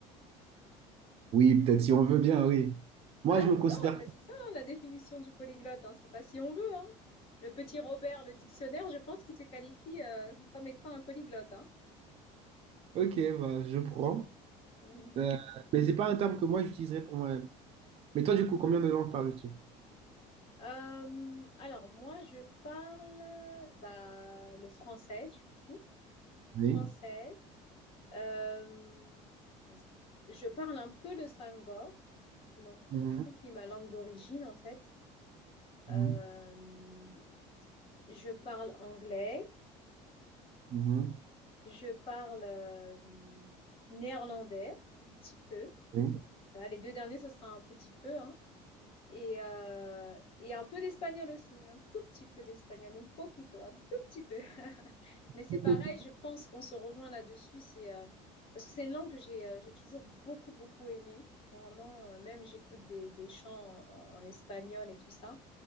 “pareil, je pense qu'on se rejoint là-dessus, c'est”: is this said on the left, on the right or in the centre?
Left